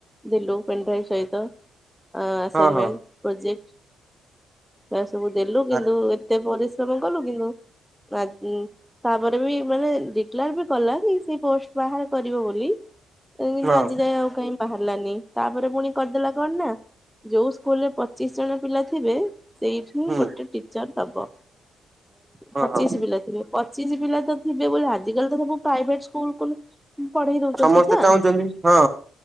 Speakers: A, in the centre; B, on the right.
A: ଦେଲୁ ପେନ୍ ଡ୍ରାଇଭ ସହିତ। ଆସାଇନମେଣ୍ଟ
B: ହଁ ହଁ
A: ପ୍ରୋଜେକ୍ଟ ଏ ସବୁ ଦେଲୁ କିନ୍ତୁ
B: ଆରେ
A: ଏତେ ପରିଶ୍ରମ କଲୁ କିନ୍ତୁ ଆ ତାପରେ ବି ମାନେ ଡିକଲାର ବି କଲା କି ସେ ପୋଷ୍ଟ ବାହାର କରିବ ବୋଲି କିନ୍ତୁ
B: ହଁ
A: ଆଜି ଯାଏ ଆଉ କାହିଁ ବାହାରିଲାନି ତାପରେ ପୁଣି କରିଦେଲା କଣ ନା ଯୋଉ ସ୍କୁଲରେ ପଚିଶ ଜଣ ପିଲା ଥିବେ ସେଇଠି ହିଁ
B: ହୁଁ
A: ଗୋଟେ ଟିଚର ଦବ।
B: ହଁ
A: ପଚିଶ
B: ହଁ
A: ପିଲାଥିବେ ପଚିଶ ପିଲା ତ ଥିବେ ବୋଲି ଆଜିକାଲି ତ ସବୁ ପ୍ରାଇଭେଟ ସ୍କୁ ସ୍କୁଲକୁଲ ପଢେଇ ଦଉଚନ୍ତି
B: ସମସ୍ତେ
A: ନା।
B: ଚାହୁଁଛନ୍ତି ହଁ